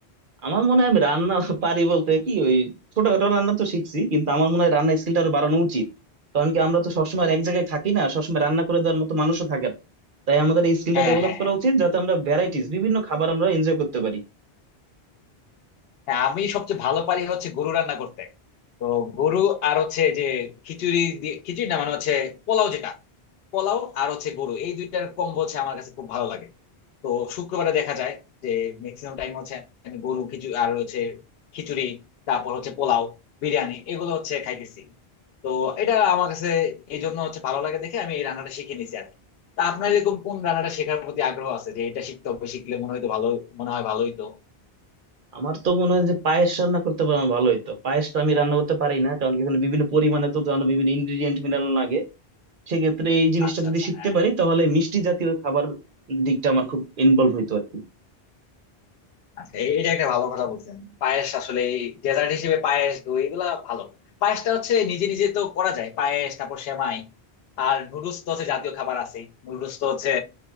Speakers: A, on the right; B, on the left.
A: আমার মনে হয় আমি রান্না <laughs> পারি বলতে কি ওই ছোটখাটো রান্না তো শিখছি কিন্তু আমার মনে হয় রান্না স্কিলটা আরো বাড়ানো উচিত কারণ কি আমরা তো সবসময় আর এক জায়গায় থাকি না সবসময় রান্না করে দেওয়ার মতো মানুষও থাকে না তাই আমাদের এই স্কিলটা
B: হ্যাঁ
A: ডেভেলপ
B: হ্যাঁ
A: করা
B: হ্যাঁ
A: উচিত যাতে আমরা ভ্যারাইটিস বিভিন্ন খাবার আমরা এনজয় করতে পারি
B: হ্যাঁ আমি সবচেয়ে ভালো পারি হচ্ছে গরু রান্না করতে তো গরু আর হচ্ছে যে খিচুড়ি দিয়ে খিচুড়ি না মানে হচ্ছে পোলাও যেটা পোলাও আর হচ্ছে গরু এই দুইটার কম্বো হচ্ছে আমার কাছে খুব ভালো লাগে তো শুক্রবারে দেখা যায় যে ম্যাক্সিমাম টাইম হচ্ছে আমি গরু খিচুড়ি আর হচ্ছে খিচুড়ি তারপর হচ্ছে পোলাও বিরিয়ানি এগুলো হচ্ছে খাইতেছি তো এটা আমার কাছে এই জন্য হচ্ছে ভালো লাগে দেখে আমি এই রান্নাটা শিখে নিছি আর কি। তা আপনার এরকম কোন রান্নাটা শেখার প্রতি আগ্রহ আছে যে এটা শিখতে হবে শিখলে মনে হয়তো ভালো মনে হয় ভালোই তো
A: আমার তো মনে হয় যে পায়েস রান্না করতে পারবো ভালো হইতো পায়েসটা আমি রান্না করতে পারি না কারণ কি এখানে বিভিন্ন পরিমাণে তো জানো বিভিন্ন ইনগ্রিডিয়েন্ট মিলানো লাগে সেক্ষেত্রে এই জিনিসটা
B: আচ্ছা
A: যদি
B: আচ্ছা
A: শিখতে
B: হ্যাঁ
A: পারি তাহলে মিষ্টি জাতীয় খাবার দিকটা আমার খুব ইনভলভ হইতো আর কি
B: আচ্ছা এ- এটা একটা ভালো কথা বলছেন পায়েস আসলে ডেজার্ট হিসেবে পায়েস দই এগুলা ভালো পায়েসটা হচ্ছে নিজে নিজে তো করা যায় পায়েস তারপর সেমাই আর নুডলস তো হচ্ছে জাতীয় খাবার আছে নুডলস তো হচ্ছে